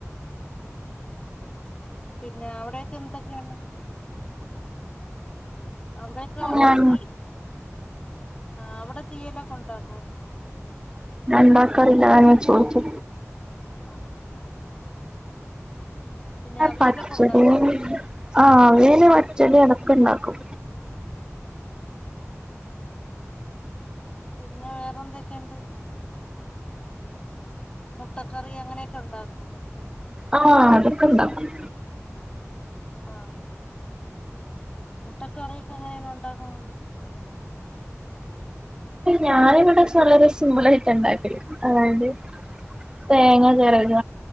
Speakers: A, on the left (about 20°); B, on the right (about 15°).
A: പിന്നെ അവിടെയൊക്കെ എന്തൊക്കെയാണ്, അവിടെക്ക
B: ഞാൻ
A: തീ ആ അവിടെ തീയലൊക്കെ ണ്ടാക്കോ?
B: ണ്ടാക്കാറില്ല, അതാ ഞാൻ ചോയ്ച്ചെ,
A: ആഹ്, പിന്നെ അവിയലൊക്കെ
B: പച്ചടിയ
A: ഉണ്ടാക്കോ
B: ആഹ് ആവേല് പച്ചടി അതൊക്കെ ണ്ടാക്കും,
A: ആഹ്, പിന്നെ വേറെ എന്തൊക്കെണ്ട്? മുട്ടക്കറി അങ്ങനെയൊക്കെ ണ്ടാക്കൊ?
B: ആഹ്, അതൊക്കെണ്ടാക്കും.
A: ആഹ്, മുട്ട കറിയൊക്കെ എങ്ങനെയാണ് ഉണ്ടാക്ക്ന്നത്?
B: ഞാനിവിടെ വളരെ സിമ്പിളായിട്ട ണ്ടാക്കല് അതായത്, തേങ്ങ ചെരക